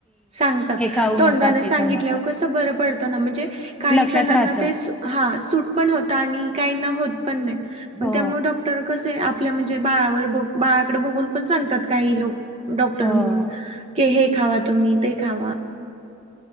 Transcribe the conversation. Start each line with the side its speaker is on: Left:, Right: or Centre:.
Right: सांगतात
Centre: हे खाऊ
Right: तोंडाने
Centre: नका, ते
Right: सांगितल्यावर
Centre: खाऊ नका.
Right: कसं बरं पडतना म्हणजे काही
Centre: लक्षात
Right: जणांना
Centre: राहतं.
Right: ते हा सूट पण होत आणि काहीना होत पण नाही
Centre: हो,
Right: मग त्यामुळे डॉक तर कसे आपल्या म्हणजे बाळावर ब बाळाकडे बघून पण सांगतात काही लोक डॉक्टर
Centre: हो.
Right: म्ह की हे खावा तुम्ही, ते खावा